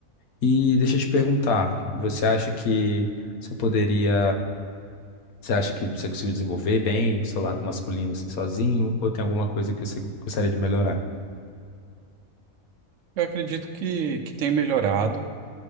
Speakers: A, on the left (about 85°); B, on the right (about 65°).
A: E deixa eu te perguntar, você acha que você poderia você acha que você conseguiu desenvolver bem o seu lado masculino assim sozinho? Ou tem alguma coisa que você gostaria de melhorar?
B: Eu acredito que, que tem melhorado